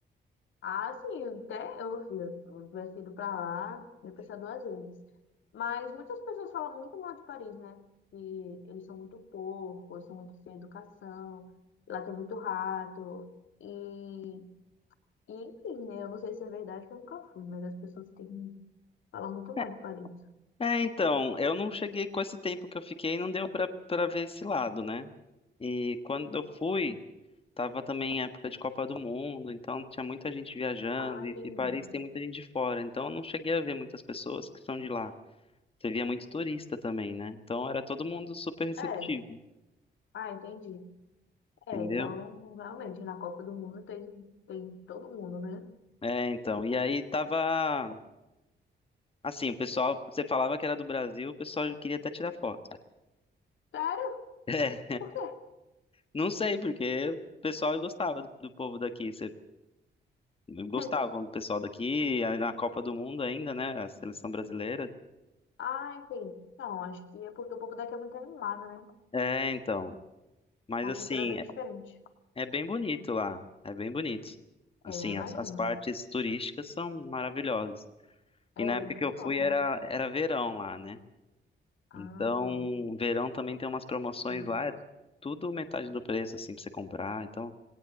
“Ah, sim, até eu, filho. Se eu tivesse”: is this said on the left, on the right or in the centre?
Left